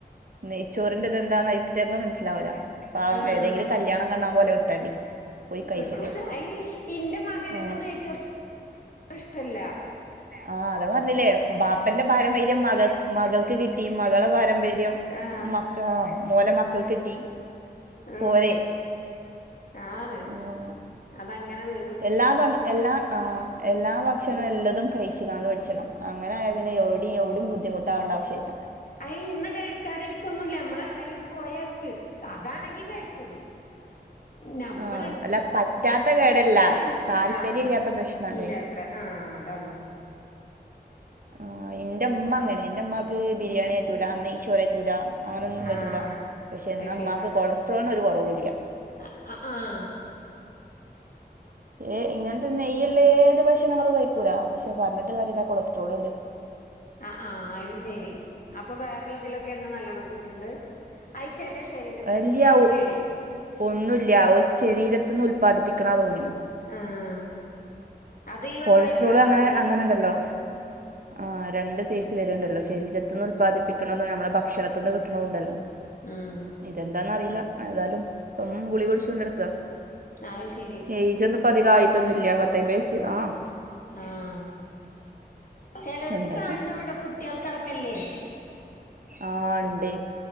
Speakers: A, on the right (about 55°); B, on the left (about 55°).
A: നെയ്ച്ചോറിന്റെ ഇതന്താന്ന് അയ്റ്റങ്ങെ മനസ്സിലാവില്ല പാവം
B: ആഹ്
A: ഏതെങ്കിലും കല്ല്യാണകണ്ടാഉ മ്പ ഓലെ വിട്ടണ്ടി പോയി കഴിച്ചട്ടെ
B: കിട്ടുള്ളൂ അയ്ന് ഇന്റെ മകന്ക്
A: ആ
B: നെയ്ച്ചോ ഇഷ്ടല്ല
A: ആഹ് അതാ പറഞ്ഞില്ലേ ബാപ്പന്റെ പാരമ്പര്യം മകൾ മകൾക്ക് കിട്ടി മകളെ പാരമ്പര്യം
B: ആഹ്
A: മക്കാ ഓലെ മക്കൾക്ക് കിട്ടി
B: ആ
A: പോരെ
B: ആന്ന്
A: ആഹ്
B: അതങ്ങനെ നീ
A: എല്ലാ ഭ എല്ലാ ആഹ് എല്ലാ ഭക്ഷണം
B: ഉം
A: എല്ലതും കഴിച്ചു കാണ്ട് പടിച്ചണം അങ്ങനായായ പിന്നെ എവിടിം എവിടും ബദ്ധിമുട്ടാവേണ്ട ആശ്യല്ല
B: അയി ഇന്ന് കഴിക്കാതിരിക്കൊന്നുല്ല നമ്മളെ എവിടേലും പോയാക്ക് കിട്ട അതാണെങ്കി കഴിക്കും <inaudible> നമ്മൾ
A: ആഹ് അല്ല പറ്റാത്ത കേടല്ല
B: ഇണ്ടാക്കുമ്പോ
A: താല്പര്യല്ലാത്ത
B: ആഹ്
A: പ്രശ്നാണ്
B: ഇല്ലാത്ത ആഹ് അതാള്ളൂ
A: ആഹ് എന്റെ മ്മ അങ്ങനെ എന്റെമ്മമാക്ക് ബിരിയാണ്യറ്റൂല
B: ഉം
A: നെയ്‌ച്ചോററ്റൂല അങ്ങനൊന്നും പറ്റൂല
B: ആഹ്
A: പക്ഷെ എന്നാമ്മാക്ക്
B: അത്
A: കൊളസ്ട്രോളിന് ഒരു കുറവുല്ല്യ
B: അഹ് അഹ് ആഹ്
A: ഏഹ് ഇങ്ങൻത്തെന്ന നെയ്യ്ള്ള ഏത് ഭക്ഷണങ്ങളും കഴിക്കൂല പക്ഷെ പറഞ്ട്ട് കാര്യല്ല കൊളസ്ട്രോൾ ഉണ്ട്
B: ആഹ് ആഹ് അത് ശെരി അപ്പൊ വേറള്ളതിലൊക്കെ എണ്ണ നല്ലോണം കൂട്ട്ണ്ട് അഹ് ചെലേ ശരീര പ്രകൃതി
A: അല്ല
B: അങ്ങനേണ്
A: ഒന്നുല്ല ശരീരത്ത്ന്ന് ഉല്പാദിപ്പിക്കണ തോന്നുന്നു
B: ആഹ് അത് ഈ പറഞ്ഞമാതിരി
A: കൊളസ്ട്രോള്
B: പാരമ്പര്യായിരിക്കും
A: അങ്ങനെ അങ്ങനെണ്ടല്ലോ ആഹ് രണ്ട് സൈസ് വര്ണ്ടല്ലോ ശരീരത്തിന്ന്
B: ഉം
A: ഉല്പാദിപ്പിക്കണല്ലോ നമ്മളെ ഭക്ഷണത്തിന്ന് കിട്ടണുണ്ടല്ലോ
B: ഉം
A: ഇതെന്താന്ന് അറിയില്ല ഏതാലും ഇപ്പം ഗുളികുടിചോണ്ടട്ക്ക
B: ആഹ് ശെരി
A: ഏയ്ജ് ഒന്നും ഇപ്പ അതികം ആയിട്ടൊന്നും ഇല്ല. പത്തയ്മ്പത് വയസ് ആഹ്.
B: ആഹ് ചെലോർക്ക്
A: എന്താ
B: പ്രായം ഒന്നും വേണ്ട. കുട്ട്യേൾക്ക് അടക്കം ഇല്ലേ.
A: ആഹ് ഇണ്ട്.